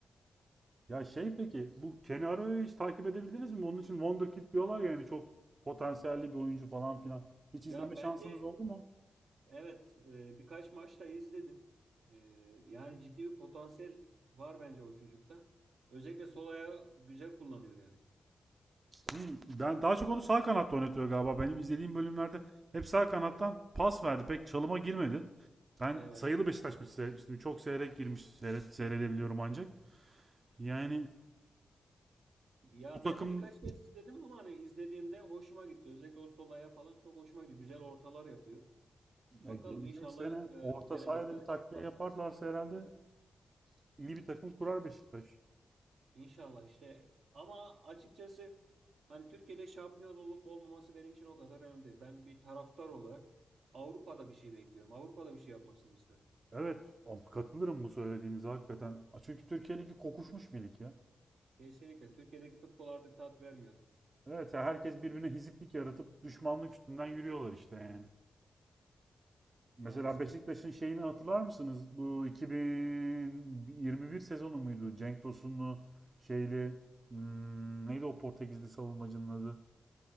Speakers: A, on the right; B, on the right.
A: Ya şey peki bu Kenny Arao'yu hiç takip edebildiniz mi? Onun için Wonderkid diyorlar ya yani çok potansiyelli bir oyuncu falan filan. Hiç
B: Ya
A: izleme şansınız
B: bence
A: oldu mu?
B: evet e, birkaç maç da izledim. E, yani ciddi bir potansiyel var bence o çocukta. Özellikle sol ayağı güzel kullanıyor yani.
A: Hmm, ben daha çok onu sağ kanatta oynatıyor galiba. Benim izlediğim bölümlerde hep sağ kanattan pas verdi. Pek çalıma girmedi. Ben
B: Evet.
A: sayılı Beşiktaş maçı seyretmiştim. Çok seyrek girmiş. Seyret, seyredebiliyorum ancak. Yani
B: Ya
A: bu takım
B: ben de birkaç kez izledim ama hani izlediğimde hoşuma gitti. Özellikle o sol ayağı falan çok hoşuma gitti. Güzel ortalar yapıyor.
A: Ya
B: Bakalım
A: gelecek
B: inşallah
A: sene orta
B: e, gelecekte
A: sahaya da bir
B: de
A: takviye
B: şey yapar.
A: yaparlarsa herhalde iyi bir takım kurar Beşiktaş.
B: İnşallah işte ama açıkçası hani Türkiye'de şampiyon olup olmaması benim için o kadar önemli değil. Ben bir taraftar olarak Avrupa'da bir şey bekliyorum. Avrupa'da bir şey yapmasını isterim.
A: Evet, o- katılırım bu söylediğinize hakikaten. Çünkü Türkiye Ligi kokuşmuş bir lig ya.
B: Kesinlikle Türkiye'deki futbol artık tat vermiyor
A: Evet, ya herkes birbirine hiziplik yaratıp düşmanlık üstünden yürüyorlar işte yani.
B: maalesef.
A: Mesela Beşiktaş'ın şeyini hatırlar mısınız? Bu 2021 sezonu muydu? Cenk Tosun'lu şeyli hmm, neydi o Portekizli savunmacının adı?